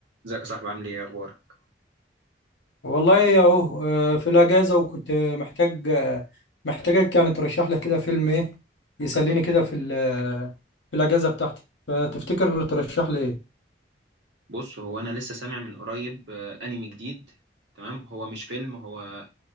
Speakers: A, on the right (about 75°); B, on the left (about 80°).
A: ازيك يا صاحبي عامل ايه اخبارك
B: والله اهو آه، في الاجازه وكنت محتاج آه، محتاجك يعني ترشح لي كده فيلم ايه يسليني كده في ال- آه، في الاجازه بتاعتي فتفتكر ترشح لي ايه
A: بص هو انا لسه سامع من قريب آه، انمي جديد تمام هو مش فيلم هو